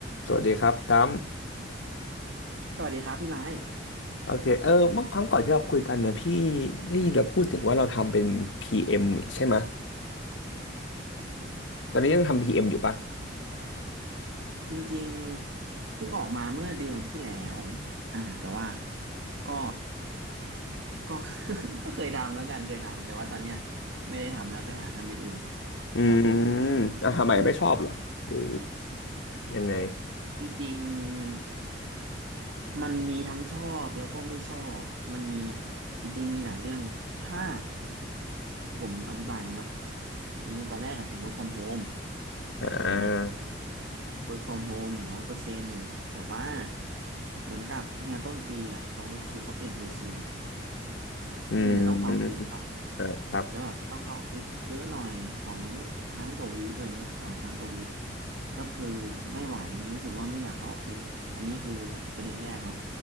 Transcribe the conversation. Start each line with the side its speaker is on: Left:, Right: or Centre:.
Left: สวัสดีครับดัม
Right: สวัสดีครับพี่ไม้
Left: โอเคเออเมื่อครั้งก่อนที่เราคุยกันนะพี่ได้ยินเราพูดถึงว่าเราทำเป็นพีเอ็ m นี่ใช่ไหมยตอนนี้ยังทำ p เอมอยู่ปะ
Right: จริงๆเพิ่งออกมาเมื่อเดือนที่แล้วอ่าแต่ว่าก็ก็ <laughs> ก็เคยทำแล้วกันเคยทำแต่ว่าตอนเนี้ยไม่ได้ทำแล้วไปหาทำอย่างอื่น
Left: อืม
Right: ครับผม
Left: อ่ะทำไมไม่ชอบเหรอหรือยังไง
Right: จริงๆมันมีทั้งชอบแล้วก็ไม่ชอบมันมีจริงๆมีหลายเรื่องถ้าผมอธิบายอย่างนี้เนาะจริงๆตอนแรกอะผม work from home
Left: อ่
Right: อ่า
Left: า
Right: work from home หนึ่งร้อยเปอร์เซ็นต์แต่ว่าเหมือนกับเนี่ยต้นปีอ่ะเขาคือเขาเปลี่ยน policy
Left: อืม
Right: ที่มันจะต้องเข้าออฟฟิศเนาะ
Left: อ่าครับ
Right: แล้วแบบต้องเข้าออฟฟิศเยอะหน่อยสองครั้งต่อวีคอะไรเงี้ยสามครั้งต่อวีคก็คือไม่ไหวรู้สึกว่าไม่อยากเข้าออฟฟิศอันนี้คือประเด็นแรกเนาะ